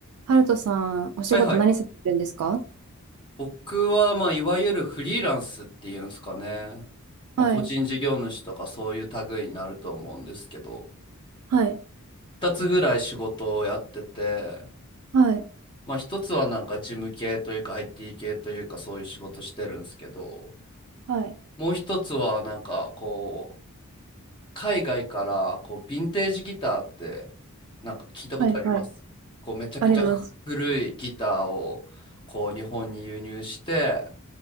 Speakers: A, on the right (about 75°); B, on the left (about 20°).
A: ハルトさん、お仕事何されてるんですか
B: はいはい。僕は、まあ、いわゆるフリーランスっていうんですかね。まあ、
A: はい、
B: 個人事業主とかそういう類になると思うんですけど、
A: はい、
B: 二つぐらい仕事をやってて、
A: はい、
B: まあ、一つはなんか事務系というか IT 系というかそういう仕事してるんですけど、
A: はい、
B: もう一つはなんかこう、海外からこう、ヴィンテージギターってなんか聞いたことありますこう、
A: はい、はい、
B: めちゃくちゃ古いギターをこう、
A: あります。
B: 日本に輸入して、